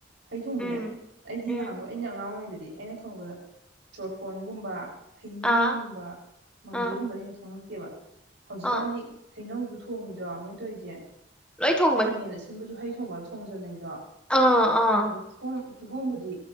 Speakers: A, on the right; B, in the centre.
A: ꯍꯩ ꯊꯣꯡꯕꯁꯦ
B: ꯎꯝ
A: ꯑꯩꯗꯤ
B: ꯎꯝ
A: ꯅꯥꯍꯟꯒꯣꯏ ꯑꯩꯅ ꯑꯉꯥꯡ ꯑꯣꯏꯔꯤꯉꯩꯗꯗꯤ ꯑꯩꯅ ꯈꯪꯕꯗ ꯆꯣꯔꯐꯣꯟꯒꯨꯝꯕ ꯍꯩꯅꯤꯡꯒꯨꯝꯕ
B: ꯑꯥ
A: ꯃꯪꯒꯤꯒꯨꯝꯕꯗꯩꯩ
B: ꯑꯥ
A: ꯍꯦꯟ ꯊꯣꯡ <unintelligible> ꯍꯧꯖꯤꯛꯀꯥꯟꯗꯤ
B: ꯑꯥ
A: ꯍꯩꯅꯧꯁꯨ ꯊꯣꯡꯉꯤꯗꯣ ꯃꯣꯏꯅ ꯇꯧꯔꯤꯁꯦ
B: ꯂꯣꯏ ꯊꯣꯡꯕꯅꯤ
A: ꯈꯥꯃꯦꯟ ꯑꯁꯤꯟꯕꯁꯨ ꯍꯩ ꯊꯣꯡꯕꯗ ꯊꯣꯡꯖꯟꯅꯩꯗꯣ
B: ꯑꯥ ꯑꯥ
A: ꯑꯗꯩ ꯊ ꯀꯤꯍꯣꯝꯕꯨꯗꯤ